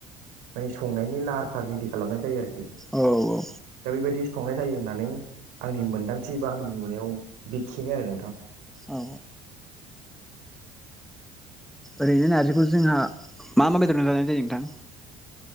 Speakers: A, on the right; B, in the centre.
A: माने संनायनि लाहार फाहार रेडि खालामनाय जायो आरोखि। दा
B: औ
A: बेबायदि संनाय जायो होननानै आंनि मोनदांथि एबा आंनि नुनायाव बेखिनो आरो नोंथां।
B: औ
A: <inaudible> श
B: ओरैनो नारजिखौ जोंहा मा मा बेदरजों जानाय जायो नोंथां?